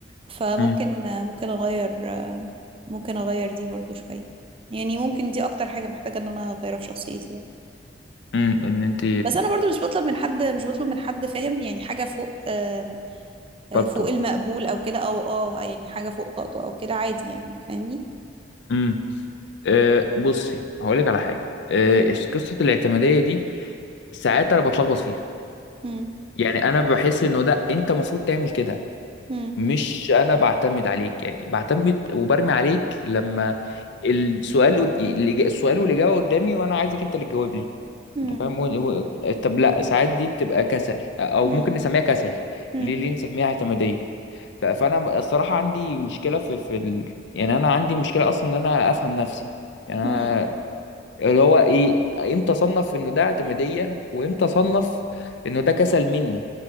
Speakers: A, on the right; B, on the left.
A: فممكن
B: امم
A: ممكن اغير ممكن اغير دي برضو شوية يعني ممكن دي اكتر حاجة محتاجة ان انا اغيرها في شخصيتي يعني
B: امم ان انت
A: بس انا برضو مش بطلب من حد مش بطلب من حد فاهم يعني حاجة فوق آم، آه،
B: طاقته
A: فوق المقبول او كده او اه يعني حاجة فوق طاقته او كده عادي يعني فاهمني
B: امم أه بصي هقولك على حاجة أه
A: مم.
B: إش- قصة الاعتمادية دي ساعات انا بتلخبط فيها
A: مم.
B: يعني انا بحس انه ده انت المفروض تعمل كده
A: مم.
B: مش انا بعتمد عليك يعني بعتمد وبرمي عليك لما السؤال قد- الإجا- السؤال والاجابه قدامي وانا عايزك انت اللي تجاوب لي
A: مم.
B: انت فاهم و... و... طب لا ساعات دي بتبقى كسل او
A: مم.
B: ممكن نسميها كسل
A: مم.
B: ليه ليه نسميها اعتماديه ف... فانا الصراحه عندي مشكله في في ال... يعني انا عندي مشكله اصلا ان انا افهم نفسي يعني
A: مم.
B: أنا اللي هو ايه امتى اصنف انه ده اعتماديه وامتى اصنف انه ده كسل مني